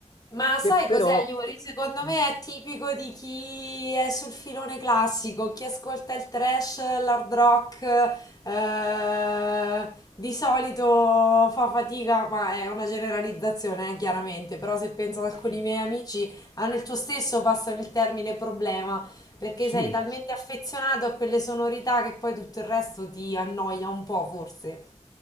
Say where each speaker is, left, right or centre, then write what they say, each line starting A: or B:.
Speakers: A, on the left (about 30°); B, on the left (about 50°).
A: Ma
B: che
A: sai
B: però...
A: cos'è, Yuri? Secondo
B: Mm,
A: me è tipico di chi è sul filone classico, chi ascolta il trash, l'hard rock, eh, di solito fa fatica, ma è una generalizzazione, eh, chiaramente, però se penso ad
B: eh,
A: alcuni miei amici hanno il tuo stesso, passano il termine problema, perché
B: Sì,
A: sei talmente affezionato a quelle sonorità che poi tutto il resto ti annoia un po', forse.